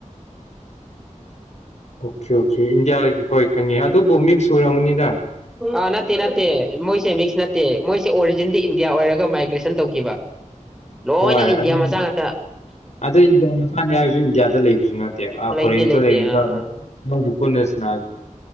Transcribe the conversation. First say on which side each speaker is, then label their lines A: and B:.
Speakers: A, on the left; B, in the centre.
A: ꯑꯣꯀꯦ ꯑꯣꯀꯦ ꯏꯟꯗꯤꯌꯥꯒꯤ ꯍꯣꯏ ꯈꯪꯉꯦ ꯑꯗꯨꯕꯨ ꯃꯤꯛꯁ ꯑꯣꯏꯔꯝꯃꯅꯤꯅ
B: ꯑ ꯅꯠꯇꯦ ꯅꯠꯇꯦ ꯃ ꯃꯤꯛꯁ ꯅꯠꯇꯦ ꯃꯣꯏꯁꯦ ꯑꯣꯔꯤꯖꯤꯟꯗꯤ ꯏꯟꯗꯤꯌꯥ ꯑꯣꯏꯔꯒ ꯃꯥꯏꯒ꯭ꯔꯦꯁꯟ ꯇꯧꯈꯤꯕ ꯂꯣꯏꯅ
A: ꯍꯣꯏ
B: ꯏꯟꯗꯤꯌꯥ
A: ꯑꯗꯨꯝ
B: ꯃꯆꯥ ꯉꯥꯛꯇ
A: ꯑꯗꯨ ꯏꯟꯗꯤꯌꯥ ꯃꯁꯥꯅꯤ ꯍꯥꯏꯔꯁꯨ ꯏꯟꯗꯤꯌꯥꯗ ꯂꯩꯕꯁꯤꯅ
B: ꯂꯩꯇꯦ
A: ꯐꯔꯇ
B: ꯂꯩꯇꯦ ꯑꯥ
A: ꯃ ꯀꯅꯁꯅ